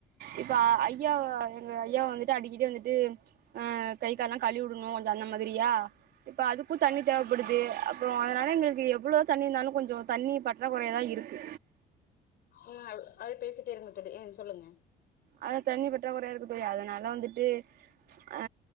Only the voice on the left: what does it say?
ம் அது அப்டே பேசிட்டே இருங்க தோழி ம் சொல்லுங்க